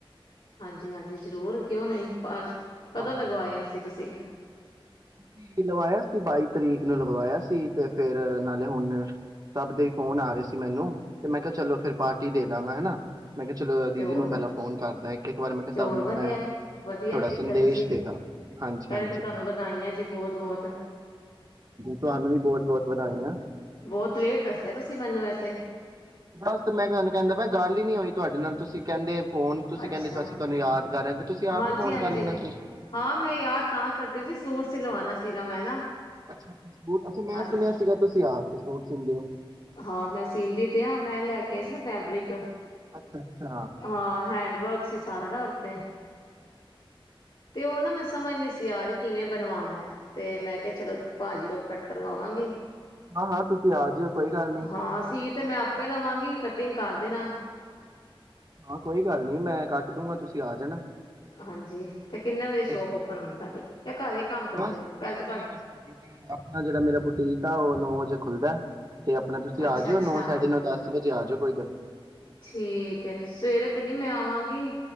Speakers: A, on the left; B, on the right.
A: ਹਾਂਜੀ-ਹਾਂਜੀ ਜਰੂਰ ਕਿਉਂ ਨਹੀਂ ਪਾਸ ਕਦੋ
B: ਹਾਂ,
A: ਲਗਵਾਇਆ ਏਸੀ ਤੁਸੀਂ
B: <inaudible> ਲਵਾਇਆ ਸੀ ਬਾਈ ਤਰੀਕ ਨੂੰ ਲਗਵਾਇਆ ਸੀ ਤੇ ਫਿਰ ਨਾਲੇ ਹੁਣ ਸਭ ਦੇ ਫੋਨ ਆ ਰਹੇ ਸੀ ਮੈਨੂੰ ਤੇ ਮੈਂ ਕਿਹਾ ਚਲੋ ਫਿਰ ਪਾਰਟੀ ਦੇ ਦਾਂਗਾ ਹੈਨਾ। ਮੈਂ ਕਿਹਾ ਚਲੋ
A: ਤੇ
B: ਦੀਦੀ
A: ਹੋਰ
B: ਨੂੰ ਪਹਿਲਾਂ ਫੋਨ ਕਰਦਾ ਇੱਕ-ਇੱਕ ਵਾਰ
A: ਤੇ
B: ਸਬ
A: ਹੋਰ
B: ਨੂੰ
A: ਵਧੀਆ
B: ਮੈਂ ਤੁਹਾਡਾ
A: ਵਧੀਆ ਕੀਤਾ
B: ਸੰਦੇਸ਼
A: ਤੁਸੀਂ
B: ਦੇ ਦਾਂ ਹਾਂਜੀ-ਹਾਂਜੀ
A: ਪਹਿਲਾਂ ਤਾਂ ਤੁਹਾਨੂੰ ਵਧਾਈਆਂ ਜੀ ਬਹੁਤ-ਬਹੁਤ-ਬਹੁਤ
B: ਤੁਹਾਨੂੰ ਵੀ ਬਹੁਤ ਬਹੁਤ ਵਧਾਈਆਂ
A: ਲੇਟ ਦੱਸਿਆ ਤੁਸੀਂ ਮੈਨੂੰ ਵੈਸੇ
B: ਬੱਸ ਤੇ ਮੈਂ ਤੁਹਾਨੂੰ ਕਹਿੰਦਾ ਪਯਾਂ ਗੱਲ ਹੀ ਨਹੀਂ ਹੋਈ ਤੁਹਾਡੇ ਨਾਲ ਤੁਸੀਂ ਕਹਿੰਦੇ ਹੁਣ ਤੁਸੀਂ
A: ਅੱਛਾ
B: ਕਹਿੰਦੇ ਅਸੀਂ ਤੁਹਾਨੂੰ ਯਾਦ ਕਰ ਰਹੇ ਸੀ ਤੁਸੀਂ ਆਪ
A: ਹਾਂਜੀ-ਹਾਂਜੀ
B: ਹੀ ਫੋਨ ਕਰ ਲੈਣਾ ਸੀ
A: ਹਾਂ ਮੈਂ ਯਾਦ ਤਾਂ ਕਰਦੀ ਸੀ ਸੂਟ ਸਿਲਵਾਣਾ ਸੀਗਾ ਮੈਂ ਨਾ
B: ਅੱਛਾ <unintelligible> ਮੈਂ
A: ਹਾਂਜੀ
B: ਸੁਣਿਆ ਸੀਗਾ ਤੁਸੀਂ ਆਪ ਸੂਟ ਸੀਂਦੇ ਹੋ
A: ਹਾਂ ਮੈਂ ਸੀਂਦੀ ਤੇ ਆ ਮੈਂ ਲੈਕੇ ਆਈ ਸੀ ਨਾ ਫੈਬਰਿਕ
B: ਅੱਛਾ ਅੱਛਾ
A: ਹਾਂ ਹੈਂਡ ਵਰਕ ਸੀ ਸਾਰਾ ਨਾ ਉਦੇ ਤੇ ਤੇ ਉਹਨਾਂ ਮੈਂ ਸਮਝ ਨਹੀਂ ਸੀ ਆ ਰਹੀ ਕਿਵੇਂ ਬਣਵਾਉਣਾ ਤੇ ਮੈਂ ਕਿਹਾ ਚਲੋ ਭਾਜੀ ਕੋਲੋ ਕੱਟ ਕਰਵਾਵਾਂਗੀ
B: ਹਾਂ ਹਾਂ ਤੁਸੀਂ ਆ ਜਾਇਓ ਕੋਈ ਗੱਲ ਨਹੀਂ
A: ਹਾਂ ਸੀ ਤੇ ਮੈਂ ਆਪੇ ਲਵਾਂਗੀ ਕਟਿੰਗ ਕਰ ਦੇਣਾ
B: ਹਾਂ ਕੋਈ ਗੱਲ ਨਹੀਂ ਮੈਂ ਕੱਟ ਦੂਂਗਾ ਤੁਸੀਂ ਆ ਜਾਣਾ
A: ਹਾਂਜੀ ਤੇ ਕਿੰਨੇ ਵਜੇ ਸ਼ੋਪ
B: ਇੱਕ-
A: ਔਪਨ ਹੋਦੀਂ ਏ ਤੁਹਾਡੀ ਘਰ ਹੀ ਕੰਮ ਕਰਦੇ
B: ਬਸ
A: ਹੋ ਪਹਿਲੇ
B: ਨਹੀਂ
A: ਤਾਂ ਤੁਹਾਡੇ
B: ਨਹੀਂ ਆਪਣਾ ਜਿਹੜਾ ਮੇਰਾ ਬੁਟੀਕ ਆ ਉਹ ਨੌ ਵਜੇ ਖੁੱਲਦਾ ਤੇ ਆਪਣੇ ਤੁਸੀਂ
A: ਅੱਛਾ
B: ਆ ਜਾਓ
A: ਅੱਛਾ
B: ਨੋ ਸਾਢੇ ਨੋ ਦਸ ਵਜੇ ਆ ਜਾਓ ਕੋਈ ਗਲ
A: ਠੀਕ ਹ ਸਵੇਰੇ ਤੇ ਨਹੀਂ ਮੈਂ ਆਵਾਂ ਗੀਂ